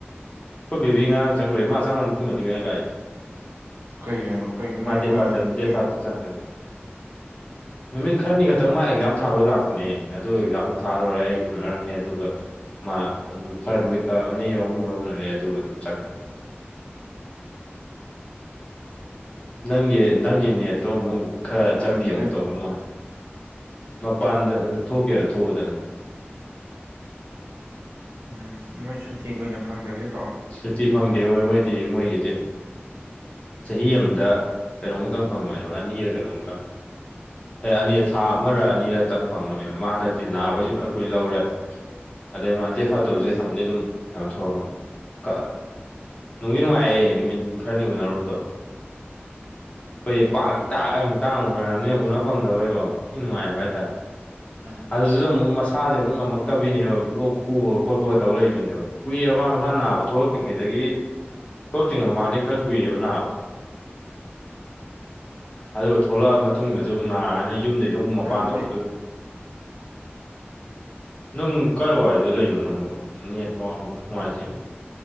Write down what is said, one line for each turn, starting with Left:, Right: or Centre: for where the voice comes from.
Left: ꯍꯣꯏ ꯕꯦꯕꯤ ꯉꯔꯥꯡ ꯆꯪꯈ꯭ꯔꯦ ꯃꯥ ꯆꯪꯉ ꯃꯇꯨꯡꯗꯅꯤ ꯀ ꯂꯥꯛꯏꯁꯦ
Right: ꯀꯩ ꯀꯩꯅꯣ
Left: ꯃꯥꯗꯤꯦ
Right: ꯃꯥꯏ ꯀꯨꯏꯅ
Left: ꯐꯥꯔꯖ ꯗꯦ
Right: ꯀꯨꯏ
Left: ꯐꯔꯖ ꯆꯥꯡꯒꯂ ꯅꯨꯃꯤꯠ ꯈꯔꯅꯤ ꯈꯛꯇꯪ ꯃꯥ ꯑꯦꯛꯖꯥꯝ ꯊꯥꯕꯩ ꯂꯥꯛꯄꯅꯦ ꯑꯗꯨ ꯑꯦꯛꯖꯥꯝꯗꯣ ꯊꯥꯔ ꯇꯔꯦ ꯑꯩ ꯎꯅꯔꯝꯃꯦ ꯑꯗꯨꯒ ꯃꯥ ꯑꯗꯨꯝ ꯈꯔ ꯅꯨꯃꯤꯠ ꯈꯔ ꯑꯅꯤ ꯑꯍꯨꯝꯂ ꯎꯅꯔꯦ ꯑꯗꯨꯒ ꯑꯗꯨꯝ ꯆꯠꯈ꯭ꯔꯦ ꯅꯪꯒꯤ ꯅꯪꯒꯤ ꯅꯦꯠꯇꯣ ꯑꯃꯨꯛ ꯈꯔ
Right: ꯂꯩꯔꯝꯗꯦꯅꯦ
Left: ꯆꯥꯛꯄꯤ ꯑꯃꯨꯛ ꯇꯧꯔꯝꯃ ꯃꯄꯥꯟꯗ ꯊꯣꯛꯀꯦ ꯊꯣꯛꯎꯗꯅ
Right: ꯎꯝ ꯃꯣꯏ ꯁꯨꯊꯤ ꯑꯣꯏꯅ ꯐꯪꯗꯕꯤ
Left: ꯁꯨꯇꯤ ꯐꯪꯗꯦ ꯃꯣꯏ ꯃꯣꯏꯗꯤ ꯃꯣꯏꯒꯤꯗꯤ ꯆꯍꯤ ꯑꯃꯗ ꯀꯩꯅꯣꯝꯛꯇꯪ ꯐꯪꯕꯅꯦꯕ ꯑꯅꯤꯔ ꯀꯩꯅꯣꯝꯇꯪ ꯑꯦ ꯑꯅꯤ ꯊꯥ ꯑꯃꯔ
Right: ꯎꯝ
Left: ꯑꯅꯤꯔꯇꯪ ꯐꯪꯕꯅꯦꯕ ꯃꯥ ꯍꯟꯗꯛꯇꯤ ꯅꯥꯕꯩꯁꯨ ꯈ ꯑꯩ ꯀꯨꯏꯅ ꯂꯧꯔꯦ ꯑꯗꯩ ꯃꯥ ꯗꯦ ꯐꯥꯏꯕ ꯇꯧꯗꯨꯗꯤ
Right: ꯎꯝ
Left: ꯍꯪꯅꯗꯤ ꯑꯗꯨꯝ ꯀꯩꯅꯣ ꯊꯑ ꯂꯅꯤ ꯀꯥ ꯅꯨꯡꯗꯤ ꯅꯨꯡꯉꯥꯏꯌꯦ ꯅꯨꯃꯤꯠ ꯈꯔꯅꯤ ꯎꯅꯔꯨꯕꯗꯣ ꯑꯩꯈꯣꯏ
Right: ꯎꯝ
Left: ꯄꯥꯛ ꯇꯥꯡ ꯇꯥꯡ ꯎꯅꯔꯕꯅꯤꯅ ꯎꯅ ꯐꯪꯗꯕꯩꯀꯣ ꯊꯤ ꯅꯨꯡꯉꯥꯏꯑꯕ ꯍꯥꯏꯇꯥꯔꯦ
Right: ꯎꯝ
Left: ꯑꯗꯨꯗꯁꯨ ꯑꯃꯨꯛ ꯃꯁꯥꯁꯦ ꯑꯃꯨꯛ ꯉꯝꯃꯛꯇꯕꯤꯅꯦꯕ ꯂꯣꯛ ꯈꯨꯕꯒ ꯈꯣꯠꯄꯒ ꯇꯧ ꯂꯩꯕꯅꯦꯕ ꯀꯨꯏꯑꯕ ꯃꯁꯥ ꯃꯁꯥ ꯅꯥꯕ ꯊꯣꯛꯂꯛꯇ꯭ꯔꯤꯉꯩꯗꯒꯤ
Right: ꯎꯝ
Left: ꯊꯣꯛꯂꯛꯇ꯭ꯔꯤꯉꯩ ꯃꯃꯥꯡꯗꯩꯩ ꯈꯔ ꯀꯨꯏꯔꯦꯕ ꯅꯥꯕ ꯑꯗꯨꯒ ꯊꯣꯛꯂꯛꯑ ꯃꯇꯨꯡꯗꯁꯨ ꯑꯃꯨꯛ ꯅꯥꯔꯅꯤꯅ ꯌꯨꯝꯗ ꯑꯝꯨꯛ ꯃꯄꯥꯟ
Right: ꯑꯗꯨꯅꯦ
Left: ꯊꯣꯛꯄꯗꯨ <unintelligible> ꯅꯪ ꯀꯥꯏ ꯋꯥꯏꯗ ꯂꯩꯅꯣ ꯅꯪꯕꯨ ꯅꯦꯠ ꯋꯥꯡꯅ ꯅꯨꯡꯉꯥꯏꯇꯦꯅꯦ